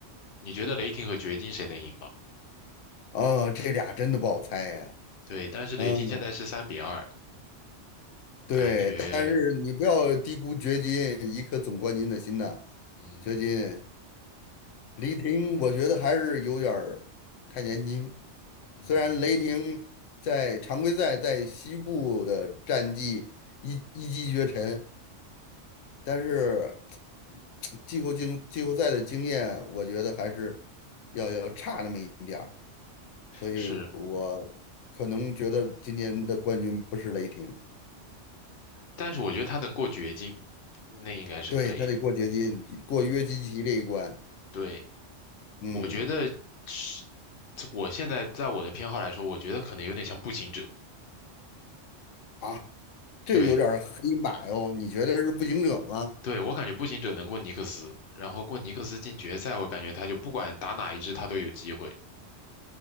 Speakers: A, on the left; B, on the left.
A: 你觉得雷霆和掘金谁能赢吗？
B: 啊，这俩真的不好猜呀。
A: 对，但是雷霆现在是三比二，
B: 嗯，对，
A: 感觉，
B: 但是你不要低估掘金一颗总冠军的心呐，
A: 嗯
B: 掘金。雷霆我觉得还是有点儿太年轻。
A: 嗯。
B: 虽然雷霆在常规赛在西部的战绩一一骑绝尘，但是季后经季后赛的经验，我觉得还是要要差那么一点儿。所以我可能觉得今年的冠军不是雷霆，
A: 是，但是我觉得他能过掘金，那应该是可以的。
B: 对，他得过掘金，过约基奇这一关。
A: 对，
B: 嗯，
A: 我觉得是，我现在在我的偏好来说，我觉得可能有点像步行者。
B: 啊，这有点儿黑马哟，
A: 对，
B: 你觉得是步行者吗？
A: 对，我感觉步行者能过尼克斯，然后过尼克斯进决赛，我感觉他就不管打哪一支，他都有机会。